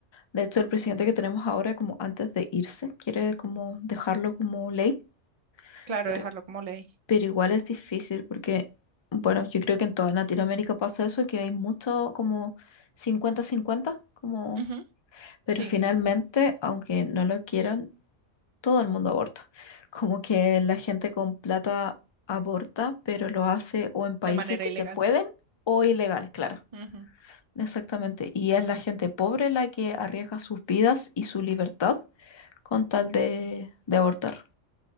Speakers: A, on the left; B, on the right.
A: De hecho, el presidente que tenemos ahora, como antes de irse, quiere como dejarlo como ley.
B: Claro,
A: Pero
B: dejarlo como ley.
A: Pero igual es difícil porque, bueno, yo creo que en toda Latinoamérica pasa eso, que hay mucho como cincuenta cincuenta como...
B: Ujú,
A: Pero
B: sí,
A: finalmente, aunque no lo quieran, todo el mundo aborta. Como que la gente con plata aborta, pero lo hace o en países
B: de manera
A: que
B: ilegal.
A: se pueden o ilegales, claro.
B: Ujú.
A: Exactamente. Y es la gente pobre la que arriesga sus vidas y su libertad con tal de, de abortar,